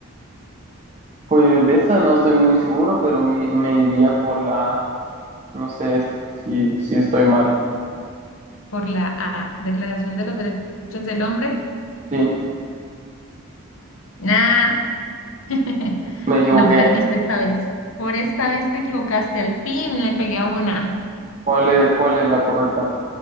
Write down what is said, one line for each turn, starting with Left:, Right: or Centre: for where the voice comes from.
Right: Pues de esa no estoy muy seguro, pero me, me iría por la No sé si, si estoy mal.
Left: Por la A. Declaración de los Derechos del Hombre.
Right: Sí,
Left: Nah. <laughs>
Right: me equivoqué.
Left: No, perdiste esta vez. Por esta vez te equivocaste. Al fin le pegué a una.
Right: ¿Cuál es, cuál es la correcta?